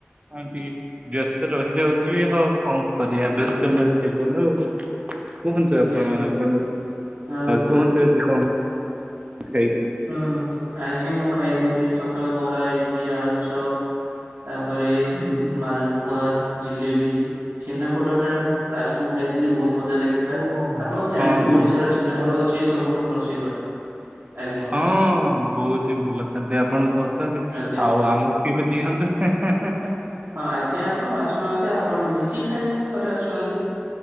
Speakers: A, on the right; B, on the right.
A: ହଁ ବ୍ୟସ୍ତ ରହିଯାଉଥିବ
B: ହୁଁ
A: ହଉ କଣ କରିବା ବ୍ୟସ୍ତମୟ।
B: ଆଜ୍ଞା
A: ଜୀବନ ଆଉ କୁହନ୍ତୁ
B: ଆଜ୍ଞା
A: ଆପଣ।
B: ଆଜ୍ଞା
A: ଆପଣ
B: ଆଉ
A: କୁହନ୍ତୁ ଆଜି କଣ। ଖାଇଛିି।
B: ହଁ ଆଜି ମୁଁ ଖାଇଥିଲି ସକାଳେ ବରା, ଇଟିଲି, ଆଳୁଚପ।। ତାପରେ ମାଲପୁଆ, ଜିଲେବି। ଛେନା ପୋଡ ଟା ଲାଷ୍ଟ କୁ ଖାଇଥିଲି ବହୁତ ମଜା ଲାଗିଥିଲା।
A: ଓ
B: ଆପଣ ଜାଣିଥିବେ
A: ହଁ
B: ଓଡିଶାର ଛେନାପୋଡ଼। ଛେନାପୋଡ଼ ହଉଛି ସବୁଠୁ ପ୍ରସିଦ୍ଧ। ଆଜ୍ଞା।
A: ହଁ ବହୁତ ହିଁ ଭଲ ଖାଦ୍ୟ ଆପଣ ଖାଉଛନ୍ତି।
B: ଆଜ୍ଞା।
A: ଆଉ ଆମକୁ କେବେ ଦିଅନ୍ତୁ ହେଁ ହେଁ ହେଁ।
B: ହଁ ଆଜ୍ଞା ଆପଣ ଆସୁନାହାନ୍ତି ଆପଣ ମିଶି ଖାଇବା। ଥରେ ଆସୁନାହାନ୍ତି